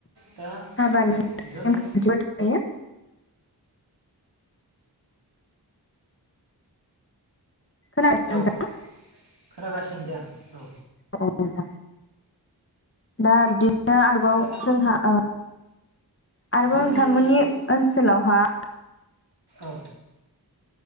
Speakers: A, on the right; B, on the left.
A: दा
B: हाबानि नेमखान्थियाव
A: जोंनि
B: थायो। खोनादों
A: औव
B: नोंथां
A: खोनागासिनो दे आं। औ
B: औ नोंथां। दा बिदिनो आरोबाव
A: दा
B: जोंहा ओ आरोबाव
A: जोंनिखिबो
B: नोंथांमोननि ओनसोलावहा
A: औ